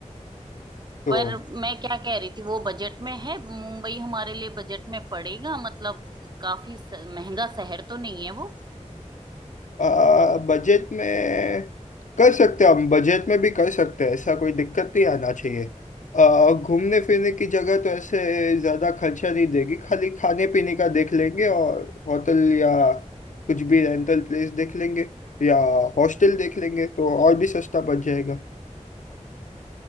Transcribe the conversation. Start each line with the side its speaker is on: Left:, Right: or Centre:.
Left: तो
Right: पर मैं क्या कह रही थी वो बजट में है मुंबई हमारे लिए बजट में पड़ेगा मतलब काफी स- महंगा शहर तो नहीं है वो
Left: आ, बजट में कर सकते हैं हम बजट में भी कर सकते हैं ऐसा कोई दिक्कत नहीं आना चाहिए आ, घूमने फिरने की जगह तो ऐसे ज्यादा खर्चा नहीं देगी खाली खाने पीने का देख लेंगे और होटल या कुछ भी रेंटल प्लेस देख लेंगे या हॉस्टल देख लेंगे तो और भी सस्ता बच जाएगा